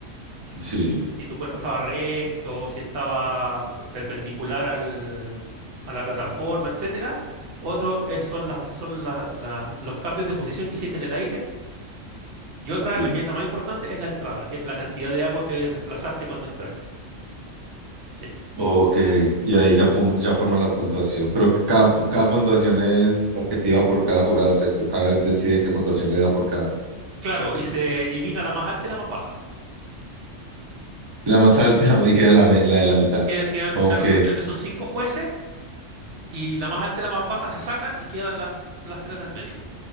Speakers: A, on the right (about 35°); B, on the right (about 65°).
A: sí,
B: si tu cuerpo estaba recto, si estaba pe- perpendicular al- a la plataforma, etcétera. Otro es- son, las- son la- la- los cambios de posición que hiciste en el aire. Y otra,
A: sí.
B: la que es la más importante, es la entrada, que es la cantidad de agua que desplazaste cuando entraste. Sí.
A: Ok, y ahí ya, fumo- ya forman la puntuación, pero cada, cada puntuación es objetiva por cada jurado, ¿cierto? Cada vez decide qué puntuación le da por cada.
B: Claro, y se elimina la más alta y la más baja.
A: La más alta <laughs> y queda la, me- la de la mitad.
B: Que- Quedan,
A: Ok.
B: claro, son- creo que son cinco jueces Y la más alta y la más baja se sacan y quedan las, las tres del medio.